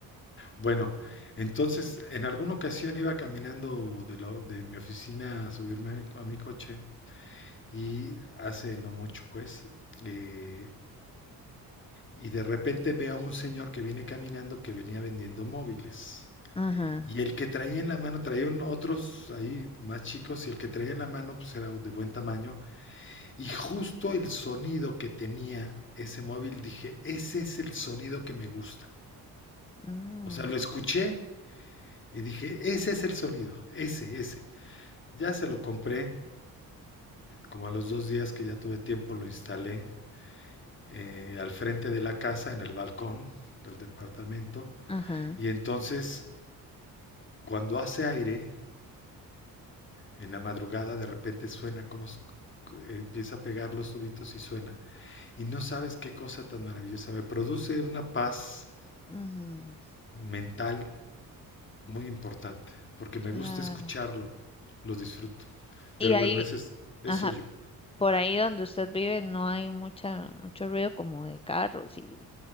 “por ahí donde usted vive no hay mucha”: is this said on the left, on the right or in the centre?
Left